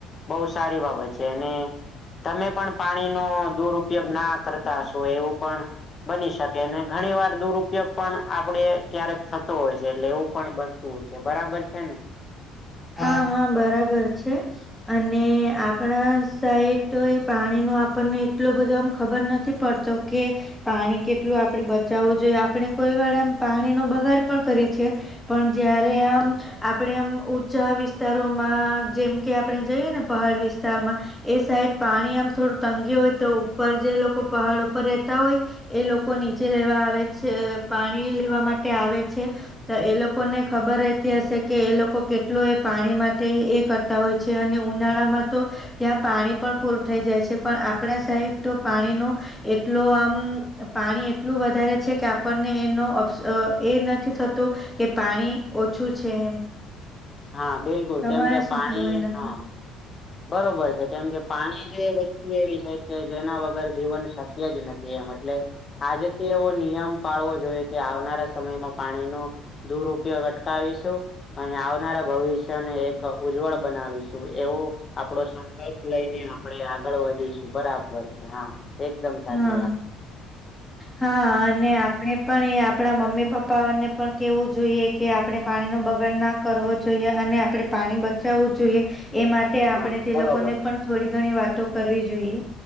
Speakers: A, on the left (about 35°); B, in the centre.
A: બહુ સારી બાબત છે અને તમે પણ પાણીનો દુરપયોગ ના કરતા હશો એવું પણ બની શકે ને ઘણી વાર દુરુપયોગ પણ આપડે ક્યારેક થતો હોય છે એટલે એવું પણ બ એવું છે બરાબર છે ને
B: હા હા બરાબર છે. અને આપણા સાઈટ એ પાણીનો આપણને એટલો બધો આમ ખબર નથી પડ તો કે પાણી કેટલું આપણેે બચાવવું જોઈએ આપણે કોઈ વાળામાં પાણી નો બગાડ પણ કરીએ છીએ પણ જયારે એમ આપડે એમ ઓ ચા વિસ્તારોમાં જેમ કે આપણે જઈએ ને પહાડ વિસ્તારમાં એ સાઈડ પાણી આમ થોડું તંગી હોય તો ઉપર જે લોકો પહાડ ઉપર રહેતા હોય એ લોકો નીચે લેવા આવે છે પાણી લેવા માટે આવે છે. તો એ લોકો ને ખબર રહેતી હશે કે એ લોકો કેટ એટલો એ પાણી માટે એ કરતા હોય છે અને ઉનાળામાં તો ત્યાં પાણી પણ પૂરું થઈ જાય છે પણ આપણા સાઈડ તો પાણીનું એટલો આમ પાણી એટલું વધારે છે કે આપણને એનો અપ એ નથી થતું કે પાણી ઓછું છે એમ
A: હા બિલકુલ
B: તમારે
A: કેમ કે
B: શું
A: પાણી
B: કેવું એના
A: હા
B: <inaudible>
A: બરોબર છે કેમ કે પાણી જે વસ્તુ એવી છે કે જેના વગર જીવન શક્ય જ નથી એમ એટલે આજથી એવો નિયમ પાળવો જોઈએ કે આવનારા સમયમાં પાણીનો દુરપયોગ અટકાવીશું અને આ મારા ભવિષ્યને એક ઉજ્જવળ બનાવીશું એવું આપડો સંકલ્પ લઈને આપડે આગળ વધીશું બરાબર છે હા એકદમ સાચી
B: હા
A: વાત છે.
B: હા અને આ આપણે પણ એ આપણા મમ્મી પપ્પાને પણ કેવું જોઈએ કે આપણે પાણી નો બગાડ ના કરવો જોઈએ અને આપણે પાણી બચાવવું જોઈએ એ માટે તે આપણે
A: હા
B: તે
A: બરોબર
B: લોકોને પણ થોડી ઘણી વાતો કરવી જોઈએ.